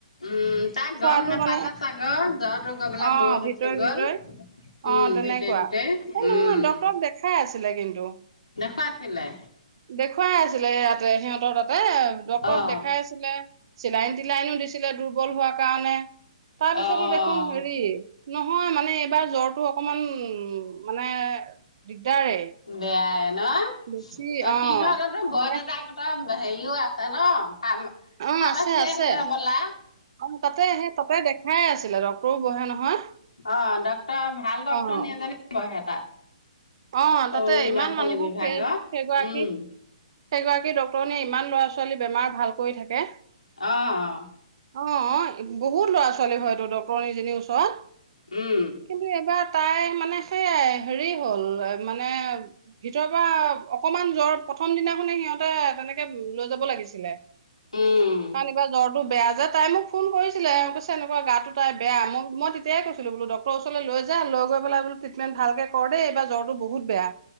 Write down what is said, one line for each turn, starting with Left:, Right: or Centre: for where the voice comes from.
Left: উম, তাক
Right: খোৱাটো
Left: গম নেপালা
Right: মানে
Left: চাগৰ জ্বৰটো গ'বলা
Right: অ'
Left: মূৰত
Right: ভিতৰি
Left: উঠি গ'ল।
Right: ভিতৰি
Left: উম,
Right: অ' তেনেকুৱা।
Left: ভিতৰে ভিতৰেই
Right: এ নহয়
Left: উম,
Right: ডক্তৰক দেখাই আছিলে কিন্তু।
Left: দেখুৱাইছিলে
Right: দেখুৱাই আছিলে <unintelligible> তাতে ডক্তৰক
Left: অ'।
Right: দেখাই আছিলে, চিলাইন টিলাইনো দিছিলে দুৰ্বল হোৱাৰ কাৰণে। তাৰপিছতো
Left: অ',
Right: দেখোন হেৰি, নহয় মানে এইবাৰ জ্বৰটো অকমান উম, মানে দিগদাৰে
Left: বেয়াই ন,
Right: বেছি
Left: অ', সিঁহতৰতো
Right: মানে
Left: বৰদেউতাকহঁতৰ হেৰিও আছে ন? ফাৰ্ম
Right: অ',
Left: ফাৰ্মাচী
Right: আছে আছে,
Left: হ'বলা?
Right: অ', তাতে সেই তাতে দেখাই আছ ডক্টৰো বহে নহয়।
Left: অ', ডক্টৰ ভাল ডক্টৰনি
Right: অ'
Left: এজনী বহে তাত।
Right: অ',
Left: সৰু
Right: তাতে ইমান
Left: ল'ৰা ছোৱালী
Right: মানুহক
Left: বিভাগৰ
Right: সেই সেইগৰাকী
Left: উম।
Right: সেইগৰাকী ডক্তৰনীয়ে ইমান ল'ৰা ছোৱালী বেমাৰ ভাল কৰি থাকে।
Left: অ',
Right: অ', বহুত ল'ৰা-ছোৱালী হয়টো ডক্টৰনীজনীৰ ওচৰত।
Left: উম,
Right: কিন্তু এইবাৰ তাই মানে সেইয়াই হেৰি হ'ল মানে ভিতৰৰ পৰা অকমান জ্বৰ প্ৰথম দিনাখনে সিহঁতে তেনেকে লৈ যাব। যাব লাগিছিলে,
Left: উম,
Right: কাৰণ ইবাৰ জ্বৰটো টো বেয়া যে তাই মোক ফোন কৰিছিলে আৰু কৈছে এনেকুৱা গাটো তাইৰ বেয়া, ম‌ই-মই তেতিয়াই কৈছিলো বোলো ডক্টৰ ওচৰলৈ লৈ লৈ যা, লৈ গৈ পেলাই বোলো ট্ৰিটমেন্ট ভালকে কৰ দেই, এইবাৰ জ্বৰ বহুত বেয়া,